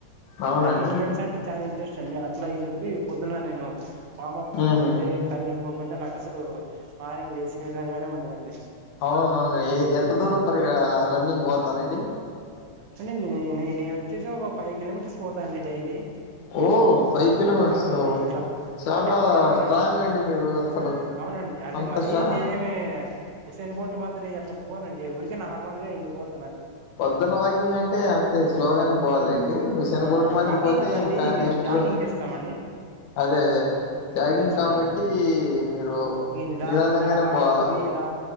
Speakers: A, on the left (about 85°); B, on the right (about 75°).
A: అవునా
B: నాకే
A: అండి
B: గేమ్స్ అంటే చానా ఇంట్రెస్ట్ చండి అట్లా అవి చెప్పి పొద్దున నేను వార్మఅప్ పోకుంటే
A: ఉహు
B: రన్నింగ్ పోకు నాక్ అసలు మ ఇంగ్లేసిన విధంగానే ఉం <unintelligible>
A: అవును అవును ఎంత దూరం పరి రన్నింగ్ పోతార అండి
B: అంటే న నేను వచ్చేసి ఒక ఫైవ్ కిలోమీటర్స్ పోతాను అండి డైలీ
A: ఓ ఫైవ్ కిలోమీటర్స్
B: అవునండి ఇట్లా
A: చాలా
B: అంటే అప్ అండ్ డౌన్
A: స్ట్రాంగ్ అండి మీరు అసలు
B: అవునండి అంటే
A: అంత
B: మరీ
A: స్ట
B: నేనేమి హుసేన్ బోల్ట్ మాదిరి అట్ పోనండి ఎవరికి నార్మల్ గా వెళ్ళిపోత
A: పొద్దున వాకింగ్ అంటే అంతే స్లోగానే పోవాలండి చిన్న
B: ఆ
A: బోటు మాది
B: వాకింగ్
A: పోతే
B: కాదండి
A: ఇంకా
B: మేము
A: నెక్స్ట్
B: జాగింగ్
A: ర
B: చేస్తామండి
A: అదే అదే జాగింగ్
B: అవునండి
A: కాబట్టి మీరు
B: ఈ నిదానంగా
A: నిదానంగానే
B: అలా
A: పోవాలా
B: పోయి ఇలా